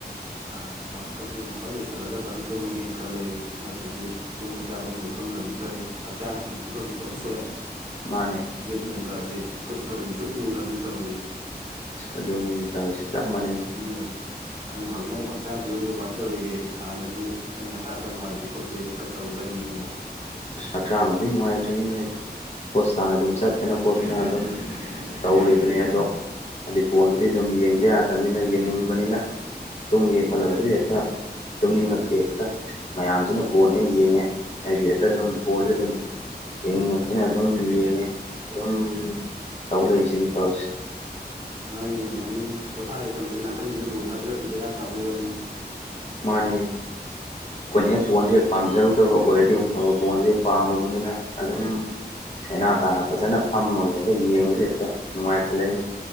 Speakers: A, on the right; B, on the left.
A: ꯑꯥ ꯋꯥꯔꯜ ꯀꯞꯁꯤꯅꯨ ꯐꯖꯅ ꯂꯣꯏꯁꯜꯂꯒ ꯐꯖꯅ ꯇꯨꯝꯃꯒꯦꯅ ꯈꯜꯂꯦ ꯑꯩꯁꯨ ꯅꯠꯇ꯭ꯔꯗꯤ ꯇꯨꯝꯕ ꯆꯥꯕ ꯑꯃꯕꯥꯎ ꯈꯪꯗ꯭ꯔꯝꯅꯤ ꯇꯣꯏꯁꯦ ꯍꯛꯆꯥꯡꯁꯤ ꯐꯤꯕꯝꯗꯤ ꯐꯖꯅ ꯁꯣꯛꯑꯦ
B: ꯃꯥꯅꯦ
A: ꯃꯤꯠ ꯅꯨꯡꯒꯁꯦ ꯀꯨꯠꯄꯗ ꯃꯨꯁꯨꯛ ꯃꯨꯨꯔꯝꯅꯤ ꯇꯧꯔꯤꯁꯦ
B: ꯑꯗꯨꯅꯤꯃꯤ ꯇꯧꯔꯤꯁꯦ ꯆꯞ ꯃꯅꯩꯅꯦ
A: ꯅꯪꯕꯨ <unintelligible> ꯅꯪꯕꯨ ꯍꯛꯆꯥꯡ ꯐꯤꯕꯝꯗꯣ ꯀꯃꯥꯏꯅ ꯇꯧꯔꯤꯒꯦ ꯍꯥꯟꯅꯁꯨ ꯅꯪ ꯅꯁꯥ ꯈꯔ ꯅꯨꯡꯉꯥꯏꯇꯦ ꯈꯣꯠꯇꯦꯅ ꯈꯔ ꯇꯧꯔꯨꯗꯥꯏꯅꯤ ꯅꯪꯕꯨ
B: ꯑꯁ ꯍꯛꯆꯥꯡꯕꯨꯗꯤ ꯅꯨꯡꯉꯥꯏꯇ꯭ꯔꯤꯅꯤꯅꯦ ꯍꯣꯁꯄꯤꯇꯟꯅ ꯑꯗꯨꯝ ꯆꯠꯇꯅ ꯈꯣꯠꯇꯅ ꯑꯗꯨꯝ ꯇꯧꯔꯤꯕꯅꯦ ꯑꯗꯣ ꯍꯥꯏꯗꯤ ꯐꯣꯟꯟꯁꯤꯗꯤ ꯑꯗꯨꯝ ꯌꯦꯡꯗ ꯌꯥꯗꯕꯅꯤꯅ ꯌꯦꯡꯅꯤꯡꯕꯅꯤꯅ ꯇꯨꯝꯒꯦ ꯈꯜꯂꯒꯁꯨ ꯍꯦꯛꯇ ꯇꯨꯝꯅꯤꯡꯉꯛꯇꯦ ꯍꯦꯛꯇ ꯃꯌꯥꯝꯁꯤꯅ ꯕꯣꯜ ꯍꯦꯛ ꯌꯦꯡꯉꯦ ꯑꯩꯁꯨ ꯍꯦꯛꯇ ꯑꯗꯨꯝ ꯕꯣꯜꯁꯦ ꯑꯗꯨꯝ ꯌꯦꯡꯅꯤꯡꯉꯛ ꯑꯅ ꯑꯗꯨꯝ ꯌꯦꯡꯉꯦ ꯑꯗꯨꯝ ꯇꯧ ꯂꯩꯔꯤꯁꯤꯅꯤ ꯇꯧꯔꯤꯁꯤ
A: ꯃꯥꯅꯤꯅꯦ ꯃꯥꯅꯤꯅꯦ ꯄꯣꯊꯥꯒꯦ ꯈꯜꯂꯁꯨ ꯅꯥꯀꯟꯁꯤꯗ ꯕꯣꯜ ꯊꯥꯖꯤꯜꯂꯗꯤ ꯕꯦꯔꯥ ꯀꯥꯕꯩ ꯋꯥꯔꯤꯅꯤ
B: ꯃꯥꯅꯦ ꯑꯩꯈꯣꯏꯅ ꯍꯦꯛ ꯕꯣꯜꯁꯦ ꯄꯥꯝꯖꯔꯨꯗꯕ ꯑꯣꯏꯔꯗꯤ ꯑꯃꯨꯛ ꯐꯕ ꯕꯣꯜꯁꯦ ꯄꯥꯝꯃꯨꯕꯅꯤꯅ ꯑꯗꯨꯝ ꯅꯦꯅꯥ ꯇꯥꯅ ꯐꯖꯅ ꯐꯝꯃꯒ ꯍꯦꯛꯇ ꯌꯦꯡꯕꯁꯦ ꯍꯦꯛꯇ ꯅꯨꯡꯉꯥꯏꯈꯠꯂꯛꯏꯅꯦ